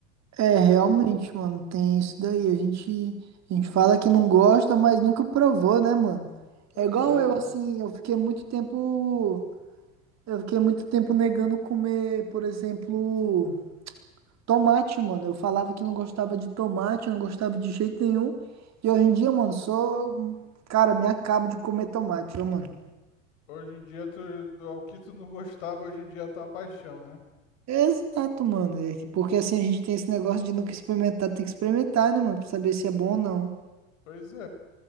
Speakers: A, on the right; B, on the left.
A: É, realmente, mano, tem isso daí. A gente, a gente fala que não gosta, mas nunca provou, né, mano?
B: Pois
A: É igual
B: é,
A: eu,
B: mano.
A: assim, eu fiquei muito tempo, eu fiquei muito tempo negando comer, por exemplo, tomate, mano. Eu falava que não gostava de tomate, eu não gostava de jeito nenhum. E hoje em dia, mano, sou, cara, me acabo de comer tomate, ó, mano.
B: Hoje em dia, tu, ao que tu não gostava, hoje em dia é a tua paixão, né?
A: Exato, mano. É que- Porque assim a gente tem esse negócio de nunca experimentar, tem que experimentar, né, mano, pra saber se é bom ou não.
B: Pois é.